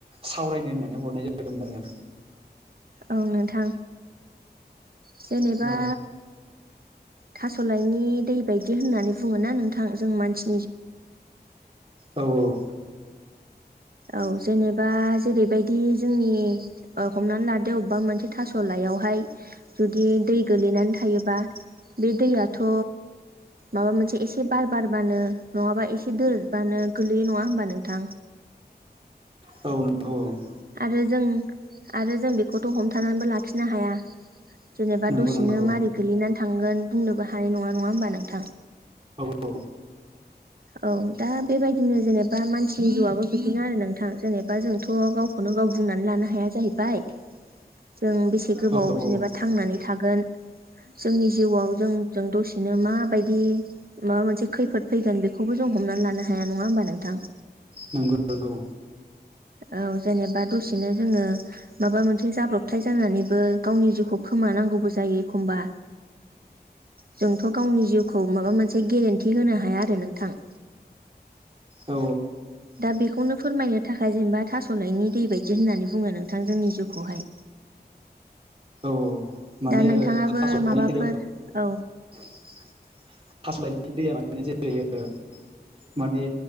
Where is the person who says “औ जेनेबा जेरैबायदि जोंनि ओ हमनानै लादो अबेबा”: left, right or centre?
Right